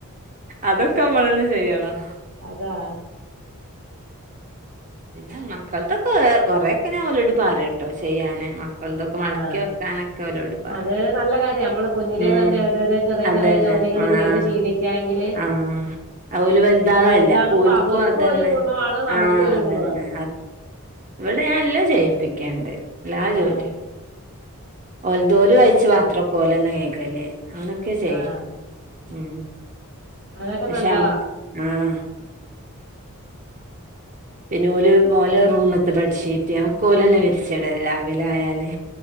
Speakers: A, on the right; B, on the right.
A: അതൊക്ക നമ്മളന്നെ ചെയ്യണം
B: അതാ
A: പിന്നെ മക്കൾത്തൊക്ക കൊറേക്ക ഞാൻ അവരോട് പറയുട്ടോ ചെയ്യാന് മക് <unintelligible>
B: ആഹ്
A: മട്ക്കി വെക്കാനൊക്ക അവരോട് പറയും
B: അത് നല്ല കാര്യാം നമ്മള് കുഞ്ഞിലെ
A: ഉം
B: തന്നെ ഓരോരോ ചെറിയ
A: അതന്നെ
B: ചെറിയ ജോലികള്
A: ആഹ്
B: ചെയ്ത് ശീലിക്കാങ്കില്
A: ആഹ് ഓല് വലുതാവല്ലേ
B: വലുതാകുമ്പോ
A: അപ്പൊ ഓൽക്കും
B: അവർക്കും
A: അതന്നെ
B: ഒരു ഗുണവാണ് നമുക്കും
A: ആഹ്
B: ഒരു
A: അതന്നെ
B: ഗുണവാണ്
A: ഇവിടെ ഞാൻ എല്ലാം ചെയ്യിപ്പിക്കിണ്ട് എല്ലാ
B: ആഹ്
A: ജോലിയും ഓല് ദോല് കഴിച്ച പാത്രക്കെ ഓലന്നെ കഴകു അല്ലേ അവനൊക്കെ ചെയ്യും
B: ആഹ്
A: ഉം
B: അതൊക്കെ
A: പക്ഷെ
B: നല്ലതാ
A: നമ്മക്ക് ആഹ് പിന്നെ ഓല് ഓലെ റൂമത്തെ ബെഡ്ഷീറ്റ് ഒക്ക ഓലന്നെ വിരിച്ചിടല് രാവിലെ ആയാല്